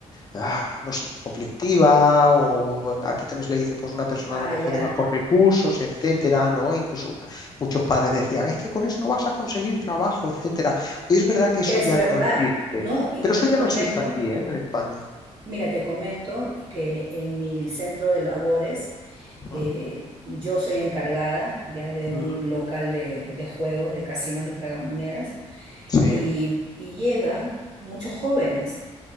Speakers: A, on the left; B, on the right.
A: ah, no sé, conflictiva, o aquí también se le dice, pues una persona
B: Ah,
A: a lo mejor
B: ya,
A: de bajos recursos, etcétera, ¿no? Incluso muchos padres decían, es que con eso no vas a conseguir trabajo, etcétera. Hoy es verdad que
B: es
A: eso ya
B: verdad.
A: no existe,
B: No, y
A: pero
B: yo
A: eso
B: te
A: ya
B: comento
A: no existe aquí, ¿eh? En España.
B: Mira, te comento que en mi centro de labores
A: Ujú,
B: eh, yo soy la encargada ya de un
A: ujú.
B: local de, de juegos, de casinos y tragamonedas,
A: Sí,
B: y, y llegan muchos jóvenes